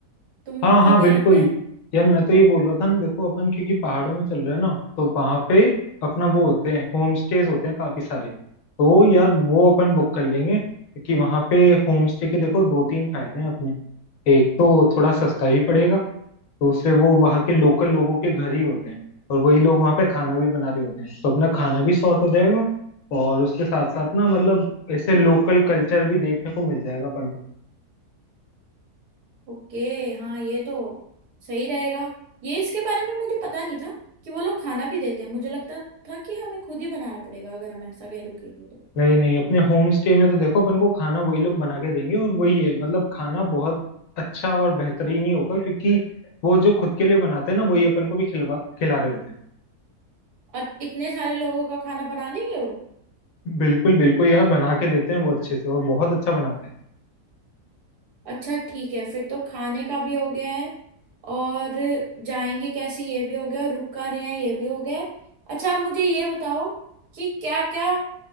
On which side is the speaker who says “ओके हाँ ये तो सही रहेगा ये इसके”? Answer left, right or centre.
Right